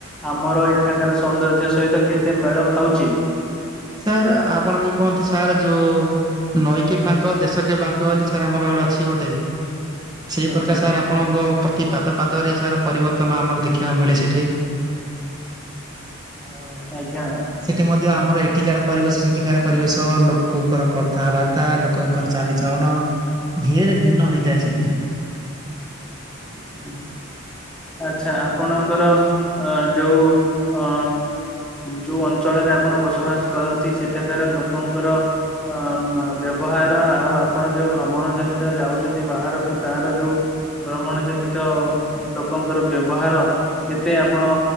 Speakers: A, in the centre; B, on the right.
A: ଆମର ଏଠାକାର ସୌନ୍ଦର୍ଯ୍ୟ ସହିତ କେତେ ମେଳ ଖାଉଛି?
B: ସାର୍ ଆପଣ ଯୋଉ କହନ୍ତି ସାର୍ ଯୋଉ ନଈକି ଫାଙ୍କ ଦେଶକ ଫାଙ୍କ। କହିଲି ସାର୍ ଆମର ଆଡେ ଅଛି ଗୋଟେ ସେଇ
A: ଆଜ୍ଞା
B: ପ୍ରକାର ସାର୍। ଆପଣଙ୍କ ପ୍ରତି ପାଦ ପାଦରେ ସାରା ପରିବର୍ତ୍ତନ ଆମର ଦେଖିବାକୁ ମିଳେ ସେଠି। ହ
A: ଆଜ୍ଞା।
B: ସେଠି ମଧ୍ୟ ଆମର ଏଠିକାର ପରିବେଶ ସେଠିକାର ପରିବେଶ ଲୋକଙ୍କର କ କଥାବାର୍ତ୍ତା ଲୋକଙ୍କର ଚାଲିଚଳଣ ଢେରେ ଭିନ୍ନ ହେଇଥାଏ ସେଥିରେ।
A: ହୁଁ। ଆଚ୍ଛା ଆପଣଙ୍କର ଅ ଯୋଉ ଅ ଯୋଉ ଅଞ୍ଚଳରେ ଆପଣ ବସବାସ କରନ୍ତି ସେଠାକାର ଲୋକଙ୍କର ଅ ବ୍ୟବହାର ଆଉ ଆପଣ ଯୋଉ ଭ୍ରମଣ ଜନିତ ଯାଉଛନ୍ତି ବାହାରକୁ ତାର ଯୋଉ ଭ୍ରମଣ ଜନିତ ଲୋକଙ୍କର ବ୍ୟବହାର କେତେ ଆପଣ